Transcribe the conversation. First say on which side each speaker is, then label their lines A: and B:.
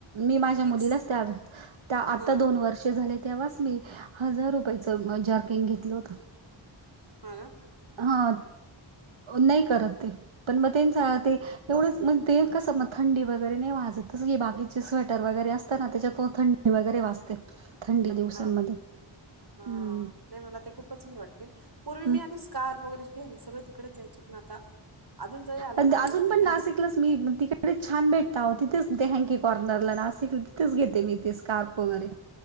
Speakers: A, on the right; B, on the right.
A: मी माझ्या
B: फिक्स
A: मुलीलाच त्या त्या आता
B: हां
A: दोन वर्षे झाले तेव्हाच मी
B: हं,
A: हजार रुपयाच जारकिंग घेतलं होत
B: हा
A: हा नाही करत ते पण मग ते सां
B: हं,
A: ते एवढंच म्हण ते कसं मग थंडी वगैरे नाही वाजत तसं बाकीचे स्वेटर वगैरे असतं ना त्याच्यातून थंडी वगैरे वाचते थंड दिवसांमध्ये
B: हां हा
A: हम्म
B: नाही मला ते खूपच हे वाटले पूर्वी
A: हम्म.
B: मी आधीच कार वगैरे घ्यायला सगळ तिकडेच जाय पण आता अजून जरी आलो
A: अजून
B: ना पण मग त्यांच.
A: नाशिकलाच मी तिकडे छान भेटत आो तिथेच ते हँकी कॉर्नरला नाशिक तिथेच घेते मी ते स्कार्प वगैरे